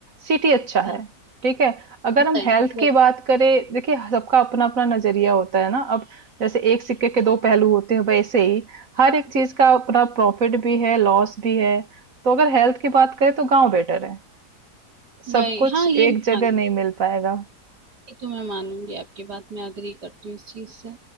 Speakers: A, on the right; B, on the right.
A: सिटी अच्छा है
B: हाँ,
A: ठीक है अगर
B: वही
A: हम हेल्थ
B: वही
A: की बात करें देखिए सबका अपना अपना नजरिया होता है ना अब जैसे एक सिक्के के दो पहलू होते हैं वैसे ही हर एक चीज का अपना प्रॉफिट भी है लॉस भी है तो अगर हेल्थ की बात करें तो गांव बेटर है सब
B: वही
A: कुछ
B: हाँ ये
A: एक
B: मैं
A: जगह
B: मानूंगी
A: नहीं मिल पाएगा
B: ये तो मैं मानूंगी आपकी बात मैं अग्री करती हूँ इस चीज से